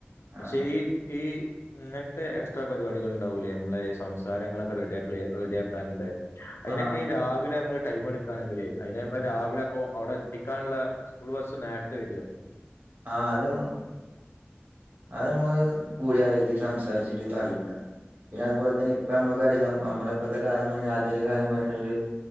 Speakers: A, on the right; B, on the left.
A: ആ
B: പക്ഷേ ഈ ഈ ഇന്ന്ട്ട് എക്സ്ട്രാ പരിപാടികള് ഇണ്ടാവൂല്ലേ നമ്മളെ ഈ സംസാരങ്ങളൊക്കെ റെഡിയാ ക്ലിയർ റെഡിയാക്കാനുള്ളെ അയിനൊക്കെ
A: ആ
B: ഈ രാവിലെ ഞമ്മള് ടൈമെട് ക്കാണെങ്കിലെ അയിന്പ്പം രാവിലെ അപ്പോ അവടെ എത്തിക്കാനുള്ള സ്കൂൾ ബസ്സ് നേരത്തെ വരോ?
A: ആഹ് അത് ഞമ്മൾ അഹ് ഞമ്മൾ കൂടി ആലോയിച്ച് സംസാരിച്ചിട്ട് അറിയിക്കാ പിന്നെ അതുപോലെ തന്നെ ഇപ്പ അമ്മക്കറില്ലാ അ അമ്മളെ ഇപ്പത്തെ കാലം പറിണെ ആധുനിക കാലം പറിണത്